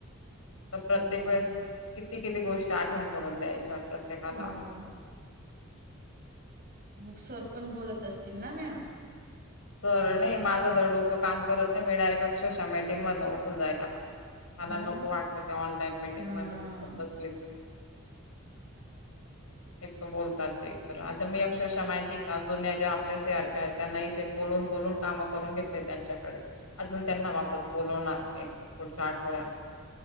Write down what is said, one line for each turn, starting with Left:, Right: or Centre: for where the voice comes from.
Left: तर प्रत्येक
Right: हं,
Left: वेळेस किती किती गोष्ट आठवण करून द्यायच्या प्रत्येकाला...
Right: हो. मग सर पण बोलत असतील ना मॅडम...
Left: सर नाही माझं तर डोकं काम करत नाही मी डायरेक्ट अक्षशः मीटिंग मध उठून जायला लागत... मला
Right: हो
Left: नको
Right: ना.
Left: वाटत ते ऑनलाईन मेट्रिक
Right: हं,
Left: मध्ये तर बसली तर.. हे तर बोलतात ते... तर आता मी
Right: हं.
Left: अक्षरशः माहिती का जुन्या ज्या आपल्या सी आर पी आहेत त्यांना... ते बोलून बोलून काम करून घेतले त्यांच्याकडे अजून
Right: हो,
Left: त्यांना वापस बोलवणार... एक पुढचा आठवड्या,